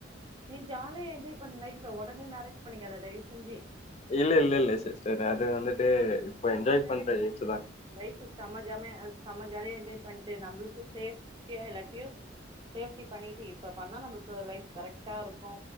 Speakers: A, on the right; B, on the left.
A: நீ ஜாலியா என்ஜாய் பண்ணு லைப் உடனே மேரேஜ் பண்ணிக்காத தயவு செஞ்சி
B: இல்ல இல்ல இல்ல சிஸ்டர் அது வந்துட்டு இப்ப
A: செம
B: என்ஜாய்
A: ஜாலியா
B: பண்ற ஏஜு தா
A: லைஃப் செம ஜாம செம ஜாலியா என்ஜாய் பண்ணிட்டு நம்புளுக்கு சேப் எல்லாத்தையு சேப்டி பண்ணிட்டு இப்ப பண்ணா நமக்கு லைப் கரெட்டா இருக்கு